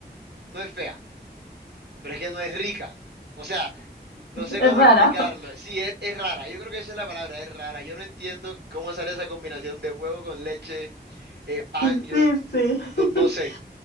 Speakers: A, on the right (about 75°); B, on the left (about 80°).
A: No es fea, pero es que no es rica, o sea, no sé
B: es
A: cómo
B: rara.
A: explicarlo. Sí, es, es rara, yo creo que esa es la palabra, es rara. Yo no entiendo cómo sale esa combinación de huevo con leche, eh, pan,
B: y-
A: yo
B: sí,
A: d- d-
B: sí.
A: no,
B: <laughs>
A: no sé,